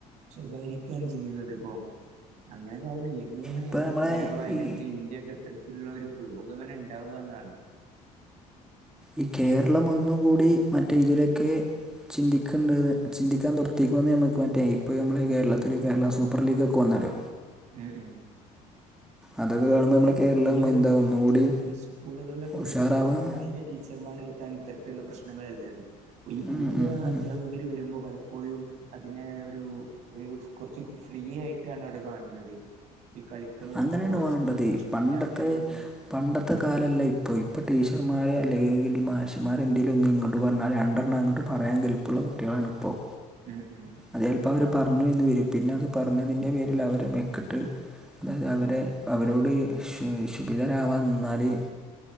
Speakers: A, on the right; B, in the centre.
A: ശകാരിക്കാണ് ചെയ്യുന്നത് പ്പോ അങ്ങനക്കാവുമ്പോ എങ്ങനെയാണ്
B: ഇപ്പോൾ
A: ഞമ്മളെ
B: നമ്മളെ
A: കേരള അല്ലെങ്കിൽ
B: ഈ
A: ഇന്ത്യാക്കെ ത്ര ക്കെള്ളോരുപുരോഗമനണ്ടാവന്നാണ്.
B: ഈ കേരളം ഒന്നും കൂടി മറ്റേ ഇതിലെക്കെ ചിന്തിക്ക്ണ്ട്ന്ന് ചിന്തിക്കാൻ തോട്ത്തീക്ണു ഞമ്മക്ക് മറ്റേ ഇപ്പോയുംമ്മളെ കേരളത്തില് കേരള സൂപ്പർ ലീഗ്ഒക്കെ വന്നത്
A: ഉം ഉം
B: അതൊക്കെ കാണുമ്പോൾ
A: പക്ഷേ
B: നമ്മുടെ കേരളം
A: ഈ ഒരു
B: എന്താ
A: വിദ്യ
B: ഒന്നും കൂടി
A: <inaudible> ഈ സ്കൂളുകളിലൊക്കെന്താ
B: ഉഷാറാവാൻ
A: ച്ചാല് ഈ പയേ ടീച്ചർമാരട്ത്താണ് ഇത്തരത്തിലുള്ള പ്രശ്നങ്ങളല്ലത് പ്പൊ ഈ
B: ഉം
A: പുതിയ
B: ഉം ഉം.
A: അധ്യാപകര് വരുമ്പോ പല പ്പോഴും അതിനെ ഒരു ഒരു കുറച്ച് ഫ്രീ ആയിട്ടാണ് ആവുടെ കാൺണത് പ്പ ഇ കളിക്കണത്
B: അങ്ങനെയാണ്
A: സ്പോർട്സ്ഒന്നും
B: വേണ്ടത്
A: ഒരു പ്രശ്നല്ലന്ന്ള്ള
B: പണ്ടത്തെ
A: രീതിയില്
B: പണ്ടത്തെ കാലല്ലപ്പോ ഇപ്പോ ടീച്ചർമാർ
A: ഉം
B: അല്ലെങ്കിൽ മാഷിമാര് എന്തെങ്കിലും ഒന്ന് ഇങ്ങോട്ട് പറഞ്ഞാൽ രണ്ടെണ്ണം അങ്ങോട്ട് പറാൻ ഗൽപ്പുള്ള കുട്ട്യാളാണിപ്പോൾ
A: ഉം ഉം
B: അതേല്പ്പം അവര് പറഞ്ഞുന്നൊക്കെ വരും പിന്നെ അത് പറഞ്ഞതിന്റെ പേരിൽ അവരമെക്കട്ട് അതായത് അവരെ പ്പ അവരോട് ശു ശുഭിതരാവാൻ നിന്നാല്